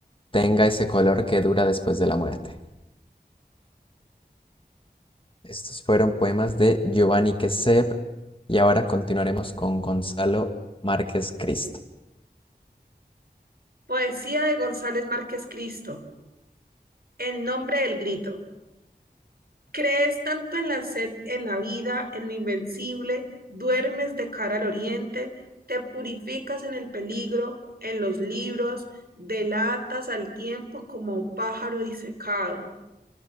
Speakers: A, on the left; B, on the right.
A: tenga ese color que dura después de la muerte. Estos fueron poemas de Giovanni Quesep y ahora continuaremos con Gonzalo Márquez Cristo.
B: Poesía de González Márquez Cristo. El nombre del grito. Crees tanto en la sed, en la vida, en lo invencible, duermes de cara al oriente, te purificas en el peligro, en los libros, delatas al tiempo como a un pájaro disecado.